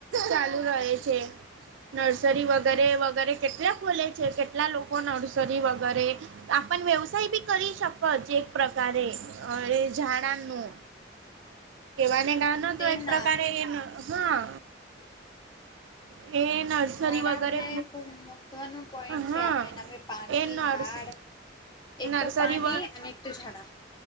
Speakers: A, on the right; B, on the left.
A: ચાલુ રહે છે નર્સરી વગેરે વગેરે કેટલા ખોલે છે કેટલા લોકો નર્સરી વગેરે આપ વ્યવસાય બી કરી શક એક પ્રકારે અ ઝાડાનું
B: <inaudible>
A: કેવાને ગા ન
B: તેના
A: તો એક પ્રકારે એમ હા એ નર્સરી
B: ઝાડા
A: વગેરે
B: જે ખુબ મહત્વનું પોઈન્ટ
A: હા
B: છે આપણા નામે પાણી
A: એ નર્સ
B: ઝાડ
A: નર્સરી
B: એક તો પાણી અને એક તો ઝાડા